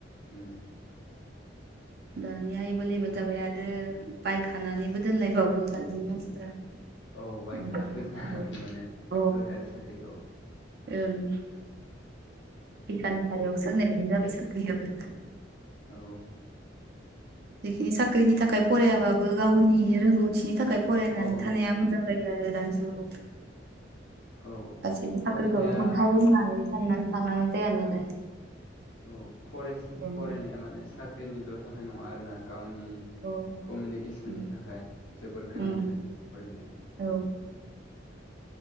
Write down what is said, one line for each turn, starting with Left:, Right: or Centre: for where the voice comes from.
Left: उम
Right: दानिया एभेलेबेल जाबाय आदो बायखानानैबो दोनलायबावो दानि मानसिफ्रा।
Left: औ बायखाना
Right: मोननो
Left: फैसा
Right: थाङा आरो
Left: मोनो
Right: अ ओं
Left: सरखारि साख्रिखौ
Right: ओं फैसानि सायावसो होन्नाय बायदि जाबाय साख्रियाबो
Left: औ
Right: जिखिनि साख्रिनि थाखाय फरायाबाबो गावनि रोंगौथि बिनि थाखाय फरायनानै
Left: औ औ
Right: थानाया मोजां जायो आरो दानि जुगाव
Left: औ
Right: गासैबो साख्रिखौल'
Left: फरायनाया
Right: मोनखागोन होननानै साननानै थानानै जाया नालाय।
Left: औ फरायस
Right: औ
Left: फरायनाया माने साख्रिनिल' थाखाय नङा आरो ना गावनि
Right: औ
Left: कमिउनिकेसननि
Right: उम
Left: थाखाय जोबोद गोनांथार
Right: उम
Left: फरायनाया।
Right: औ